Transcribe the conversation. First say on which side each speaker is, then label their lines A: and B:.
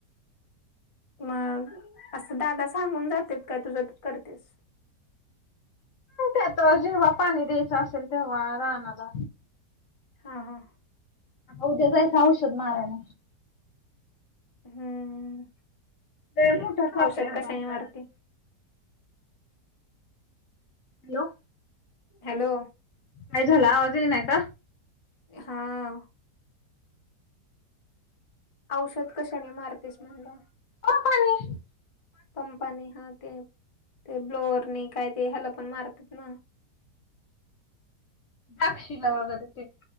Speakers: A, on the left; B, on the left.
A: मग आसं दादा सांगून जातेेत काय तुझ तूच करतेस?
B: <unintelligible> जेव्हा पाणी द्याचं आसेल तेव्हा राणाला
A: हा हा.
B: आता उद्या जायचं औषध मारायला.
A: हम्म,
B: लय मोठा साप
A: औषध
B: आहे अगं
A: कशाने
B: आमच्या
A: मारते?
B: रानात हॅलो!
A: हॅलो!
B: काय झाला आवाज येईना का?
A: हा. औषध कशानी मारतेस म्हणलं?
B: पंपानी.
A: पंपानी हा ते ते ब्लोअरने काय ते ह्याला पण मारतात ना.
B: दाक्षीला वगैरे ते